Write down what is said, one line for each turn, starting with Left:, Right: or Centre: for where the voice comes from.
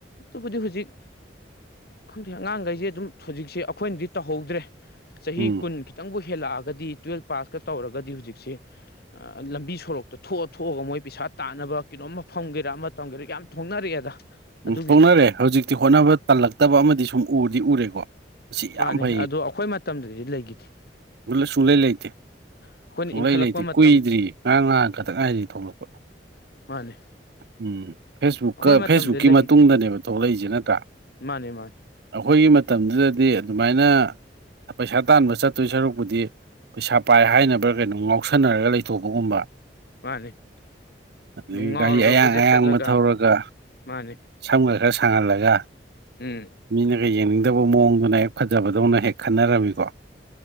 Left: ꯑꯗꯨꯕꯨꯗꯤ ꯍꯧꯖꯤꯛ ꯈꯪꯗꯦ ꯑꯉꯥꯡꯈꯩꯁꯦ ꯑꯗꯨꯝ ꯍꯧꯖꯤꯛꯁꯦ ꯑꯩꯈꯣꯏꯅꯗꯤ ꯇꯧꯍꯧꯗ꯭ꯔꯦ ꯆꯍꯤ
Right: ꯎꯝ
Left: ꯀꯨꯟ ꯈꯤꯇꯪꯕꯨ ꯍꯦꯜꯂꯛꯑꯒꯗꯤ ꯇꯨꯋꯦꯜꯞ ꯄꯥꯁꯀ ꯇꯧꯔꯒꯗꯤ ꯍꯧꯖꯤꯛꯁꯦ ꯂꯝꯕꯤ ꯁꯣꯔꯣꯛꯇ ꯊꯣꯛꯑ ꯊꯣꯛꯑꯒ ꯃꯣꯏ ꯄꯩꯁꯥ ꯇꯥꯟꯅꯕ ꯀꯩꯅꯣꯝꯃ ꯐꯪꯒꯦꯔꯥ ꯑꯃ ꯇꯝꯒꯦꯔꯥ ꯌꯥꯝ ꯊꯣꯛꯅꯔꯛꯑꯦꯗ ꯑꯗꯨꯒꯤꯗꯤ
Right: ꯎꯝ ꯊꯣꯛꯅꯔꯦ ꯍꯧꯖꯤꯛꯇꯤ ꯍꯣꯠꯅꯕ ꯇꯜꯂꯛꯇꯕ ꯑꯃꯗꯤ ꯁꯨꯝ ꯎꯗꯤ ꯎꯔꯦꯀꯣ ꯑꯁꯤ ꯌꯥꯝ
Left: ꯃꯥꯅꯦ
Right: <unintelligible>
Left: ꯑꯗꯣ ꯑꯩꯈꯣꯏ ꯃꯇꯝꯗꯗꯤ ꯂꯩꯈꯤꯗꯦ
Right: ꯁꯨꯡꯂꯩ ꯂꯩꯇꯦ
Left: ꯑꯩꯈꯣꯏꯅ
Right: ꯁꯨꯡꯂꯩ
Left: ꯏꯟꯈꯠꯂꯛꯄ
Right: ꯂꯩꯇꯦ
Left: ꯃꯇꯝ
Right: ꯀꯨꯏꯗ꯭ꯔꯤ ꯉꯥꯥꯔꯥꯡ ꯉꯍꯥꯟ ꯈꯛꯇꯛ ꯉꯥꯏꯔꯤ ꯊꯣꯛꯂꯛꯄ
Left: ꯃꯥꯅꯦ
Right: ꯎꯝ ꯐꯦꯁꯕꯨꯛꯀ
Left: ꯑꯩꯈꯣꯏ ꯃꯇꯝꯗ
Right: ꯐꯦꯁꯕꯨꯛꯀꯤ
Left: ꯂꯩꯈꯤꯗꯦꯕ
Right: ꯃꯇꯨꯡꯗꯅꯦꯕ ꯊꯣꯛꯂꯛꯏꯁꯦ ꯅꯠꯇ꯭ꯔꯥ
Left: ꯃꯥꯅꯦ ꯃꯥꯅꯦ
Right: ꯑꯩꯈꯣꯏꯒꯤ ꯃꯇꯝꯗꯨꯗꯗꯤ ꯑꯗꯨꯃꯥꯏꯅ ꯄꯩꯁꯥ ꯇꯥꯟꯕ ꯆꯠꯇꯣꯏ ꯁꯔꯨꯛꯄꯨꯗꯤ ꯄꯩꯁꯥ ꯄꯥꯏ ꯍꯥꯏꯅꯕ꯭ꯔꯥ ꯀꯩꯅꯣ ꯉꯥꯎꯁꯟꯅꯔꯒ ꯂꯩꯊꯣꯛꯄꯒꯨꯝꯕ
Left: ꯃꯥꯅꯦ
Right: ꯑꯗꯒꯤ
Left: ꯑꯗꯨꯝ ꯉꯥꯎꯔꯒ
Right: ꯒꯥꯔꯤ ꯑꯌꯥꯡ
Left: ꯀꯣꯏꯆꯠ
Right: ꯑꯌꯥꯡꯕ
Left: ꯆꯠꯂꯒ
Right: ꯊꯧꯔꯒ꯫
Left: ꯃꯥꯅꯦ꯫
Right: ꯁꯝꯒ ꯈꯔ ꯁꯥꯡꯍꯜꯂꯒ꯫
Left: ꯎꯝ
Right: ꯃꯤꯅꯒ ꯌꯦꯡꯅꯤꯡꯗꯕ ꯃꯑꯣꯡꯗꯨꯅ ꯍꯦꯛ ꯐꯖꯕꯗꯧꯅ ꯍꯦꯛ ꯈꯟꯅꯔꯝꯃꯤꯀꯣ꯫